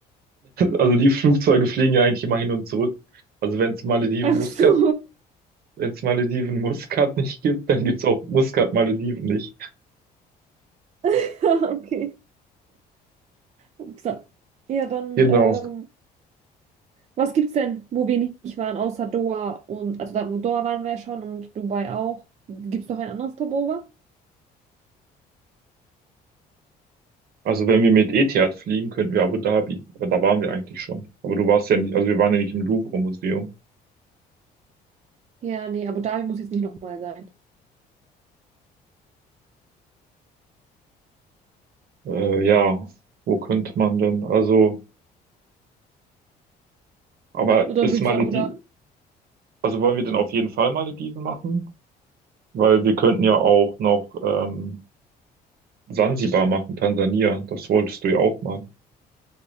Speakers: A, on the right; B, on the right.
A: Also die Flugzeuge fliegen ja eigentlich immer hin und zurück. Also wenn es Malediven
B: Ach
A: Muscat,
B: so.
A: wenn es Malediven Muscat nicht gibt, dann gibt es auch Muscat Malediven nicht.
B: <laughs> okay. Upsa. Ja, dann
A: Genau.
B: ähm, Was gibt's denn, wo wir nicht waren, außer Doha und, also da, wo Doha waren wir ja schon und Dubai auch. Gibt's noch ein anderes Stopover?
A: Also wenn wir mit Etihad fliegen, könnten wir Abu Dhabi. Aber da waren wir eigentlich schon. Aber du warst ja nicht, also wir waren ja nicht im Louvre-Museum.
B: Ja, nee, Abu Dhabi muss jetzt nicht nochmal sein.
A: Äh, ja, wo könnte man denn? Also, aber
B: Oder
A: ist
B: willst
A: Malediven,
B: du Abu Dhabi?
A: also wollen wir denn auf jeden Fall Malediven machen? Weil wir könnten ja auch noch ähm, Sansibar machen, Tansania. Das wolltest du ja auch mal.